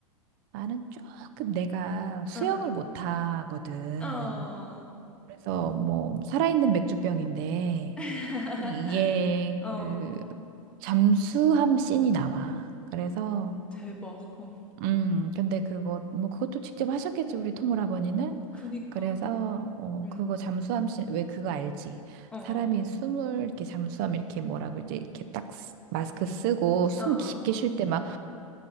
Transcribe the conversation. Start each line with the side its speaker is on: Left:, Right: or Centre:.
Right: 나는 조금 내가 수영을
Centre: 응, 응.
Right: 못 하거든.
Centre: 어.
Right: 그래서 뭐 살아있는 맥주병인데
Centre: <laughs>
Right: 이게
Centre: 어.
Right: 그 잠수함 씬이 나와. 그래서
Centre: 대박. 어.
Right: 그, 음, 근데 그거, 뭐, 그것도 직접 하셨겠지, 우리 토모라버니는
Centre: 그니까.
Right: 그래서, 어,
Centre: 응.
Right: 그거 잠수함 씬, 왜 그거 알지?
Centre: 어, 어.
Right: 사람이 숨을, 이렇게 잠수함, 이렇게 뭐라고, 이제, 이렇게 딱 쓰- 마스크 쓰고 숨
Centre: 어, 어.
Right: 깊게 쉴 때 막